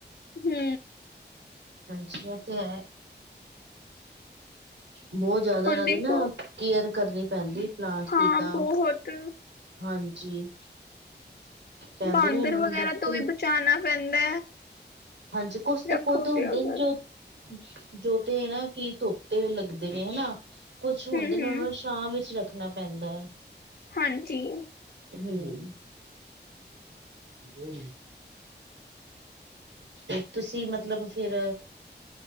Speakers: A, on the left; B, on the right.
A: ਹੂੰ
B: ਹਾਂਜੀ ਇਹ ਤੇ ਹੈ ਬਹੁਤ ਜ਼ਿਆਦਾ
A: ਹੁਣ
B: ਇਹਨਾਂ
A: ਦੇਖੋ
B: ਦੀ ਨਾ ਕੇਅਰ ਕਰਨੀ ਪੈਂਦੀ ਪਲਾਂਟਸ
A: ਹਾਂ
B: ਦੀ ਤਾਂ
A: ਬਹੁਤ
B: ਹਾਂਜੀ। ਕਹਿੰਦੇ
A: ਬਾਂਦਰ
B: ਨੇ ਇਹਨਾਂ ਨੂੰ
A: ਵਗੈਰਾ
B: ਬਿਲਕੁਲ
A: ਤੋਂ ਵੀ ਬਚਾਣਾ ਪੈਂਦਾ।
B: ਹਾਂਜੀ, ਕੁਛ ਤੇ
A: ਰੱਖੋ
B: ਪੌਦੇ ਹੁੰਦੇ
A: ਅਗਰ
B: ਨੇ ਜੋ ਜੋ ਤੇ ਨਾ ਕਿ ਤੁੱਪ ਤੇ ਲੱਗਦੇ ਨੇ, ਹਨਾ। ਕੁਛ ਹੁੰਦੇ
A: ਹੂੰ-ਹੂੰ,
B: ਨੇ, ਔਹਨਾਂ ਨੂੰ ਸ਼ਾ ਵਿੱਚ ਰੱਖਣਾ ਪੈਂਦਾ
A: ਹਾਂਜੀ।
B: ਏ। ਹੂੰ। <inaudible> ਤੇ ਤੁਸੀਂ ਮਤਲਬ ਫਿਰ